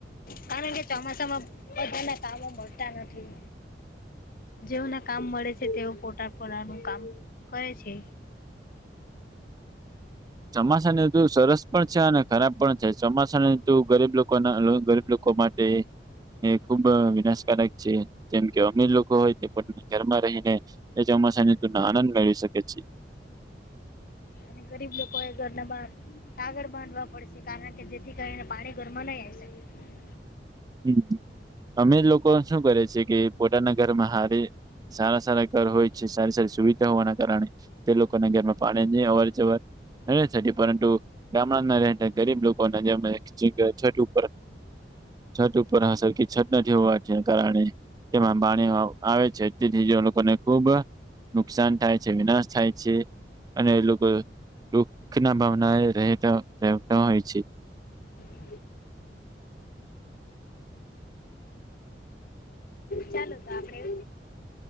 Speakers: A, on the left; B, on the right.
A: કારણ કે ચોમાસામાં બધાના કામો મળતા નથી. જેઓના કામ મળે છે તેઓ પોટાર પટ નું કામ કરે છે.
B: <unintelligible> ચોમાસા તુ સરસ પણ છે અને ખરાબ પણ છે ચોમાસાને તું ગરીબ લોકો ના ગરીબ લોકો. લોકો માટે એ ખુબ વિનાશકારક છે જેમ કે અમીર લોકો હોય. ઘરમાં રહીને એ ચોમાસાની તનો આનંદ મેળવી શકે છે.
A: અને ગરીબ લોકો એ ઘર ના બાર. આગળ બાંધવા પડશે કારણ કે જેથી કરીને પાણી ગરમાં નહી આવી શકે.
B: હમ અમે લોકો શું કરે છે કે. પોતાના ઘરમાં હારે સારા સારા ઘર હોય છે સારી સારી સુવિધા. હોવાના કારણે તે લોકોને ઘરમાં પાણી નહી અવર જવર. પરંતુ ગામડા ના રહેતા ગરીબ લોકો ના જેમ છો ઉપર છઠ ઉપર હ સરરકી છઠ ના જેવુંના કારણે તેમાં પાણી આવે છે તેથી લોકોને ખુબ નુકસાન થાય છે, વિનાશ થાય છે. અને એ લોકો દુખ ના ભાવના એ રહેતા રહેતા હોય છે.
A: <unintelligible> <unintelligible> ચાલો તો, આપડે હ